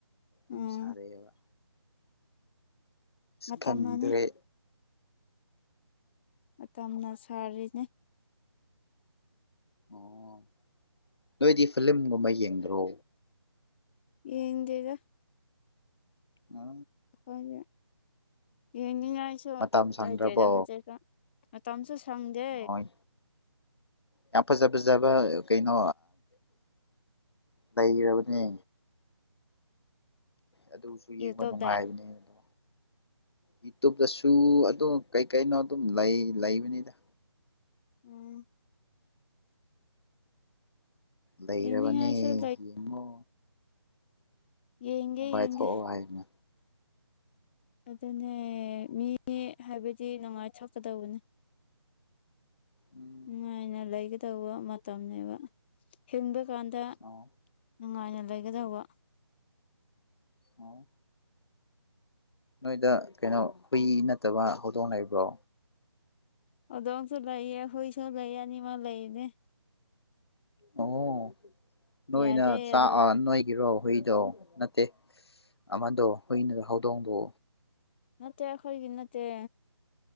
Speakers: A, on the left; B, on the left.
A: ꯎꯝ
B: ꯑꯗꯨ ꯁꯔꯦꯕ
A: ꯃꯇꯝꯅꯅꯦ
B: ꯈꯟꯗ꯭ꯔꯦ
A: ꯃꯇꯝꯅ ꯁꯥꯔꯤꯅꯦ
B: ꯑꯣ ꯅꯣꯏꯗꯤ ꯐꯤꯂꯝꯂꯝꯒꯨꯝꯕ ꯌꯦꯡꯗ꯭ꯔꯣ
A: ꯌꯦꯡꯦꯒ
B: ꯑ
A: ꯑꯩꯈꯣꯏ ꯌꯦꯅꯤꯡ ꯁꯨ
B: ꯃꯇꯝ ꯁꯪꯗ꯭ꯔꯕꯣ
A: ꯂꯩꯗꯦꯗ ꯍꯧꯖꯤꯛꯀ ꯃꯇꯝꯝꯁꯨ ꯁꯪꯗꯦ
B: ꯍꯣꯏ ꯌꯥꯝ ꯐꯖ ꯐꯖꯕ ꯀꯩꯅꯣ ꯂꯩꯔꯕꯅꯦ ꯑꯗꯨꯁꯨ
A: ꯌꯨꯇꯨꯕꯇ
B: ꯌꯦꯡꯕ ꯅꯨꯡꯉꯥꯏꯕꯅꯦ ꯑꯗꯣ ꯌꯨꯇꯕꯇꯁꯨ ꯑꯗꯨꯝ ꯀꯩꯀꯩꯅꯣ ꯑꯗꯨꯝ ꯂꯩꯕꯅꯤꯗ
A: ꯎꯝ
B: ꯂꯩꯔꯕꯅꯦ
A: ꯌꯦꯡꯅꯤꯡꯉꯥꯏꯁꯨ
B: ꯌꯦꯡꯉꯣ
A: ꯌꯦꯒꯦ
B: ꯅꯨꯡꯉꯥꯏꯊꯣꯛꯑꯣ
A: ꯌꯦꯒꯦ
B: ꯍꯥꯏꯅ
A: ꯑꯗꯨꯅꯦ ꯃꯤ ꯍꯥꯏꯕꯗꯤ ꯅꯨꯡꯉꯥꯏꯊꯣꯛꯀꯗꯧꯕꯅꯦ
B: ꯎꯝ
A: ꯅꯨꯡꯉꯥꯏꯅ ꯂꯩꯒꯗꯧꯕ ꯃꯇꯝꯅꯤꯅꯦꯕ ꯍꯤꯡꯕ ꯀꯥꯟꯗ
B: ꯑꯣ
A: ꯅꯨꯡꯉꯥꯏꯅ ꯂꯩꯒꯗꯧꯕ
B: ꯑ ꯅꯣꯏꯗ ꯀꯩꯅꯣ ꯍꯨꯏ ꯅꯠꯇꯕ ꯍꯧꯗꯣꯡ ꯂꯩꯕ꯭ꯔꯣ
A: ꯑꯗꯣꯝꯁꯨ ꯂꯩꯌꯦ ꯍꯨꯏꯁꯨ ꯂꯩ ꯑꯅꯤꯃ ꯂꯩꯅꯦ
B: ꯑꯣ
A: ꯌꯥꯗꯦ
B: ꯅꯣꯏꯅ ꯆꯥꯛ
A: ꯑꯗꯨ
B: ꯅꯣꯏꯒꯤꯔꯣ ꯍꯨꯏꯗꯣ ꯅꯠꯇꯦ ꯑꯃꯗꯣ ꯍꯨꯏꯅ ꯍꯧꯗꯣꯡꯗ
A: ꯅꯠꯇꯦꯈꯣꯏꯒꯤ ꯅꯠꯇꯦ